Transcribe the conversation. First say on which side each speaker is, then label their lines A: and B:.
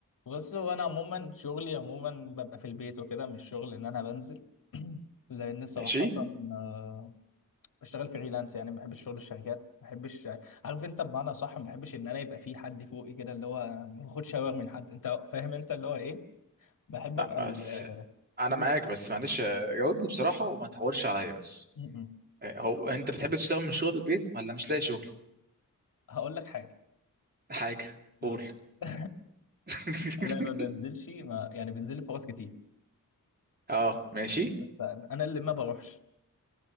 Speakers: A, on the left; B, on the right.
A: بص هو انا عموما شغلي عموما ببقى في البيت وكده مش شغل ان انا بنزل <clears throat> لان صراحه
B: ماشي
A: آه، بشتغل فريلانس يعني ما بحبش شغل الشركات ما بحبش عارف انت بمعنى صح ما بحبش ان انا يبقى في حد فوقي كده اللي هو ما باخدش اوامر من حد انت فاهم انت اللي هو ايه بحب
B: ما
A: ابقى
B: ما-
A: ال...
B: بس انا
A: م-
B: معاك بس معلش آه، جاوبني بصراحه وما تحورش عليا بس
A: م.
B: آه، هو انت بتحب تشتغل من شغل البيت ولا مش لاقي شغل
A: هقول لك حاجه
B: حاجه
A: بص
B: قول
A: <laughs>
B: <laughs>
A: انا ما بنزلش ما يعني بنزل لي فرص كتير
B: اه ماشي
A: بس انا اللي ما بروحش